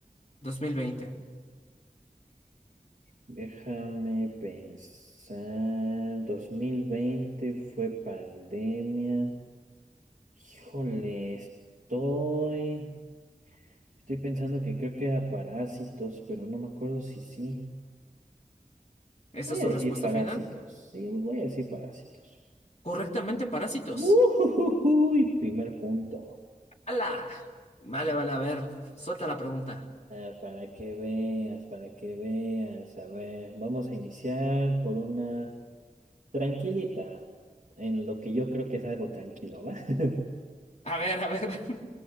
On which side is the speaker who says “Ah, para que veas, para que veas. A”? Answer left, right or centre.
Right